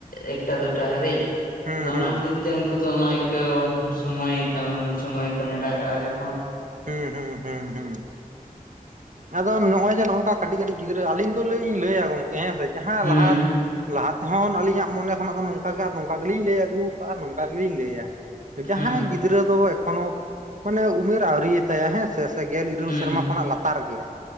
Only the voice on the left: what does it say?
ᱮᱠᱴᱟ ᱫᱩᱴᱟ ᱦᱟᱹᱨᱤᱡ,
ᱟᱫᱚ
ᱚᱱᱟ
ᱠᱷᱟᱹᱛᱤᱨ ᱛᱮ ᱩᱱᱠᱩ ᱫᱚ ᱚᱱᱟ ᱟᱹᱭᱠᱟᱹᱣ ᱥᱚᱢᱚᱭ ᱠᱟᱱ ᱥᱚᱢᱚᱭ ᱠᱚ ᱱᱮᱰᱟ ᱠᱟᱜ-ᱟ ᱡᱚ
ᱦᱩᱸ
ᱦᱩᱸ
ᱦᱩᱸ